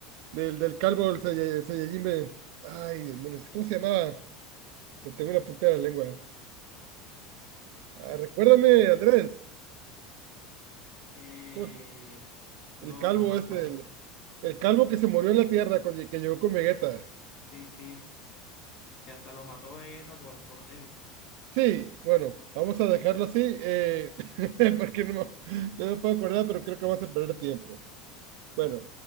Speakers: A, on the right (about 55°); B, on the left (about 45°).
A: del, del calvo, el Saiya- el Saiyajin. de- Ay, demonios, ¿cómo se llamaba? Lo tengo una punta de la lengua. Ah, recuérdame, Andrés.
B: Eh,
A: ¿Cómo se-
B: no,
A: El calvo
B: no me acuerdo.
A: este, el, el calvo que se murió en la Tierra, con- que llegó con Vegeta.
B: Sí, sí. Que hasta lo mató Vegeta por, por débil.
A: Sí, bueno, vamos a dejarlo así, eh, <laughs> porque no, me no me puedo acordar, pero creo que vamos a perder tiempo. Bueno,